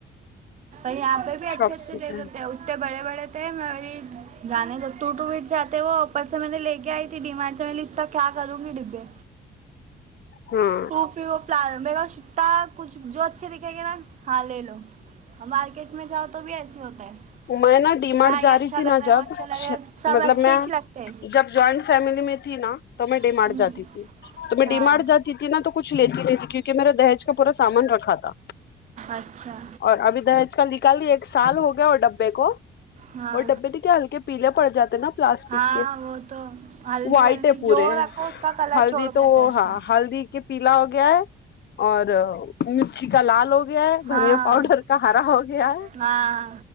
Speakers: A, on the right; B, on the left.
A: یہاں پہ بھی اچھے
B: شاپسی
A: اچھے <unintelligible> ج
B: پہ
A: اتے بڑے بڑے تھے میں بولی جانے جب ٹوٹ وٹ جاتے وہ اوپر سے میں نے لے کے کیا آئی تھی ڈمان میں اتنا کیا کروں گی ڈبے
B: ہاں
A: پ ستا <unintelligible> کچھ جو اچھے دکھیں گے نا ہاں لے لو اور مارکیٹ میں جاؤ تو بھی ایسے ہوتا ہے
B: میں نا ڈی مارٹ
A: کہ ہاں یہ
B: جا
A: اچھا
B: رہی تھی
A: لگ
B: نا
A: رہا ہے
B: جب
A: وہ اچھا لگ رہا ہے سب
B: مطلب
A: اچھے
B: میں
A: ہی لگتے
B: جب جوائنٹ فیملی میں تھی نا تو میں ڈی
A: ہیں
B: مارٹ جاتی تھی تو میں
A: ہاں
B: ڈی مارٹ جاتی تھی نا تو کچھ لیتی نہیں تھی کیونکہ میرا دہج کا پورا سامان رکھا تھا
A: اچھا
B: اور ابھی دہج کا نکالی ایک سال ہو گیا اور ڈبا اور
A: ہاں
B: ڈبے بھی کیا ہلکے پیلے پڑ جاتے نا پلاسٹک
A: ہاں
B: کے
A: وہ تو ہلدی
B: وائٹ
A: ولدی
B: ہے پورے
A: جو رکھو اس کا کلر
B: ہلدی
A: چھوڑ
B: تو
A: دیتا
B: وہ
A: ہے اس
B: ہاں
A: میں
B: ہلدی کے پیلا ہو گیا ہے اور مرچی کا لال ہو گیا ہے دھنیا
A: ہاں
B: پاؤڈر کا ہرا ہو گیا ہے
A: ہاں